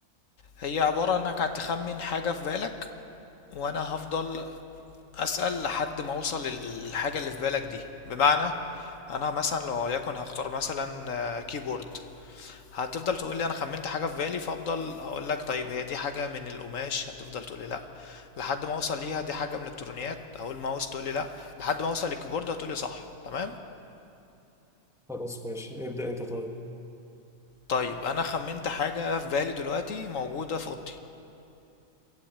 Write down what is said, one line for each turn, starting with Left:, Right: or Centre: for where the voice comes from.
Left: هي عبارة انك هتخمن حاجة في بالك وانا هفضل اسأل لحد ما اوصل للحاجة اللي في بالك دي بمعنى انا مثلا لو يكن هختار مثلا آه، كيبورد هتفضل تقول لي انا خمنت حاجه في بالي فافضل اقول لك طيب هي دي حاجه من القماش هتفضل تقول لي لا لحد ما اوصل ليها دي حاجه من الالكترونيات هقول ماوس تقول لي لا لحد ما اوصل للكيبورد هتقول لي صح تمام
Centre: خلاص ماشي ابدا انت طيب
Left: طيب انا خمنت حاجه في بالي دلوقتي موجوده في اوضتي